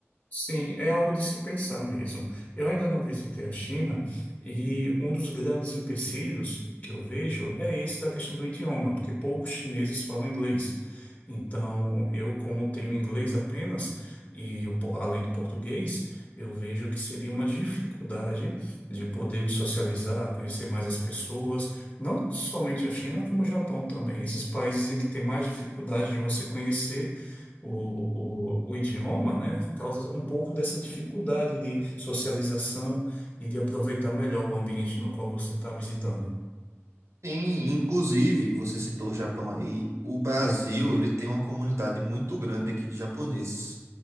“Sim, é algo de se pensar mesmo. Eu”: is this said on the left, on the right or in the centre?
Left